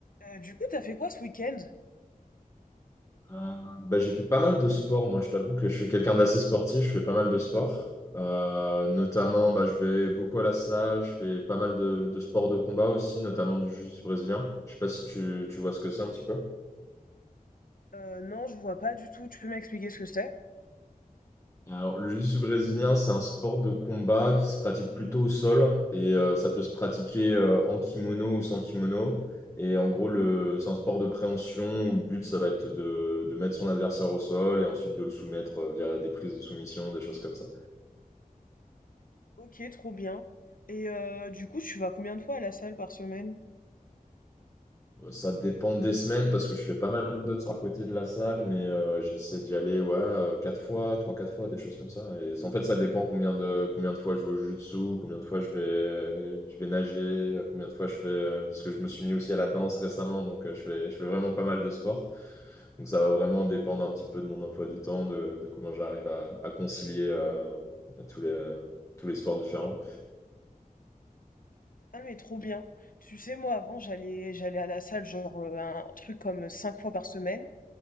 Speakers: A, on the left; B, on the left.
A: Euh, du coup, t'as fait quoi ce week-end?
B: Euh, bah, j'ai fait pas mal de sport, moi je t'avoue que je suis quelqu'un d'assez sportif, je fais pas mal de sport. Euh, notamment, bah, je vais beaucoup à la salle, je fais pas mal de, de sports de combat aussi, notamment du jiu-jitsu brésilien. Je sais pas si tu, tu vois ce que c'est un petit peu.
A: Euh, non, je vois pas du tout. Tu peux m'expliquer ce que c'est?
B: Alors, le jiu-jitsu brésilien, c'est un sport de combat qui se pratique plutôt au sol et euh, ça peut se pratiquer euh, en kimono ou sans kimono. Et en gros, le, c'est un sport de préhension où le but, ça va être de, de mettre son adversaire au sol et ensuite de le soumettre euh, via des prises de soumission, des choses comme ça.
A: Ok, trop bien. Et euh, du coup, tu vas combien de fois à la salle par semaine?
B: Euh, Ça dépend des semaines parce que je fais pas mal d'autres à côté de la salle, mais euh, j'essaie d'y aller ouais, euh, quatre fois, trois, quatre fois, des choses comme ça. Et en fait, ça dépend combien de, combien de fois je vais au jiu-jitsu, combien de fois je vais, je vais nager, euh, combien de fois je fais. euh, parce que je me suis mis aussi à la danse récemment, donc euh, je fais, je fais vraiment pas mal de sport. Donc ça va vraiment dépendre un petit peu de mon emploi du temps, de, de comment j'arrive à, à concilier euh, tous les, tous les sports différents.
A: Ah mais trop bien. Tu sais, moi avant, j'allais j'allais à la salle genre euh, un truc comme cinq fois par semaine.